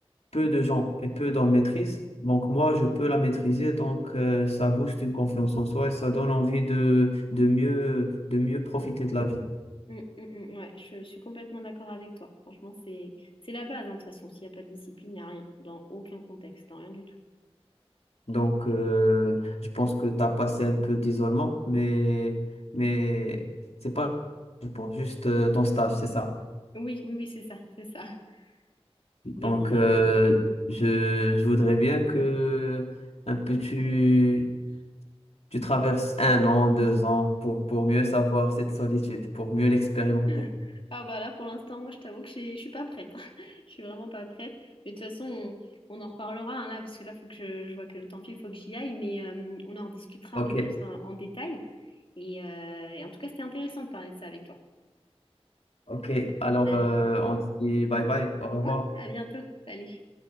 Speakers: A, on the left (about 85°); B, on the left (about 60°).
A: peu de gens et peu d'hommes maîtrisent, donc moi, je peux la maîtriser, donc euh, ça booste une confiance en soi et ça donne envie de, de mieux, de mieux profiter de la vie.
B: Mm, mm, mm, ouais, je, je suis complètement d'accord avec toi. Franchement, c'est c'est la base, hein, de toute façon. S'il n'y a pas de discipline, il n'y a rien, dans aucun contexte, dans rien du tout.
A: Donc, euh, je pense que tu as passé un peu d'isolement, mais, mais c'est pas, je pense, juste euh, ton stage, c'est ça.
B: Oui, oui, oui, c'est ça, c'est ça. <laughs>
A: Donc,
B: Mais bon, là,
A: euh,
B: euh,
A: je, je voudrais bien que un peu tu Tu traverses un an, deux ans pour, pour mieux savoir cette solitude, pour mieux l'expérimenter.
B: <laughs> ah bah là, pour l'instant, moi, je t'avoue que j'ai- je suis pas prête. <laughs> Je suis vraiment pas prête. Mais de toute façon, on, on en reparlera hein, là, parce que là, faut que je, je vois que le temps file, faut que j'y aille, mais euh, on en rediscutera
A: Ok,
B: un peu plus en, en détail. Et, euh, et en tout cas, c'était intéressant de parler de ça avec toi.
A: ok. Alors,
B: Allez,
A: euh, on se dit bye bye, au revoir.
B: ouais, à bientôt. Salut.